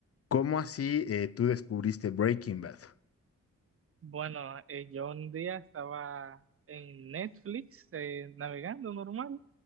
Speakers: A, on the left (about 50°); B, on the right (about 45°).
A: ¿cómo así eh, tú descubriste Breaking Bad?
B: Bueno, eh, yo un día estaba en Netflix eh, navegando normal